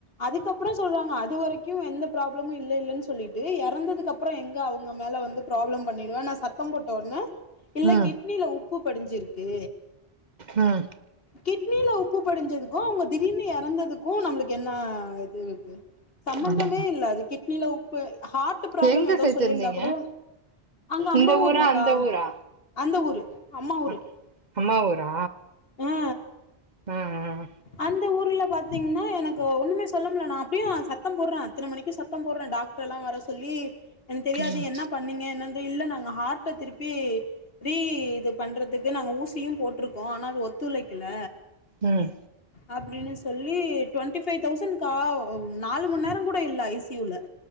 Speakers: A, on the left; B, on the right.
A: அதுக்கப்றோ சொல்றாங்க அது வரைக் கு எந்த ப்ராப்ளமு இல்ல இல்லன் சொல்லிட்டு எறந்த எறந்ததுக்கு அப்புறோ எங்க அவுங்க மேல வந்து ப்ராப்ளம் பண்ணிடுவே நான் சத்தம் போட்ட உட்னே இல்ல
B: ம்
A: கிட் கிட்னில உப்பு படிஞ்சிருக்கு
B: ம்
A: கிட்னில உப்பு படிஞ்சதுக்கு அவுங்கோ திடீர்னு எறந்ததுக்கு நம்மளுக்கு என்ன இது இருக்கு சம்பந்தமே
B: ஆமா
A: இல்ல அது கிட்னில உப்பு ஹார் ட் ப்ராப்ளம்
B: எங்க
A: எதோ
B: சேத்திருந்தீங்க
A: சொல்லியிருந்தா கூட அங்க அம்மா
B: இந்த
A: ஊர்லக்கா
B: ஊரா அந்த ஊரா
A: அந்த ஊரு அம்மா ஊரு
B: அ- அம்மா ஊரா
A: ஆ
B: ம்ம்
A: அந்த ஊர்ல பாத்தீங்கன்னா எனக்கு ஒண்ணுமே சொல்ல முல்ல நா அப்டியே சத்தோ போடுறே அத்தன மணிக்கு சத்த சத்தோ போடுறே டாக்டர் எல்லா வர சொல்லி எனக்கு தெரியாது
B: ம்
A: என்ன பண்ணீங்க என்னன்ற இல்ல நாங்க ஹார்ட்ட திருப்பி ரீ இது பண்றதுக்கு நாங்க ஊசியு போட்ருக்கோ ஆனா அது ஒத்துழைக்கல
B: ம்
A: அப்டின்னு சொல்லி ட்வெண்ட்டி ஃபைவ் தௌசண்ட்க்கா நாலு மண் நேரோ கூட இல்ல ஐ சி யுல <unintelligible>